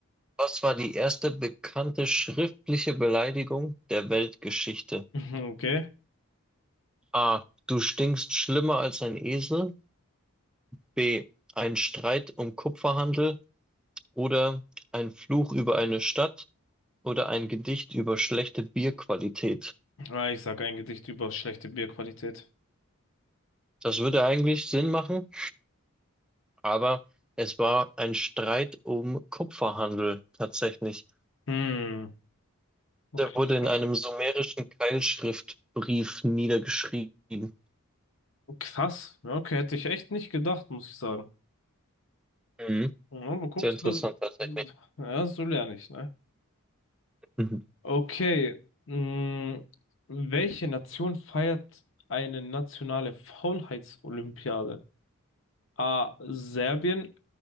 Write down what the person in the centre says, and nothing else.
was war die erste bekannte schriftliche Beleidigung der Weltgeschichte?
A. Du stinkst schlimmer als ein Esel. B. Ein Streit um Kupferhandel oder ein Fluch über eine Stadt oder ein Gedicht über schlechte Bierqualität.
Das würde eigentlich Sinn machen. Aber es war ein Streit um Kupferhandel tatsächlich.
Der wurde in
einem sumerischen Keilschriftbrief niedergeschrieben.
Mhm.
Sehr interessant
tatsächlich.
Mhm.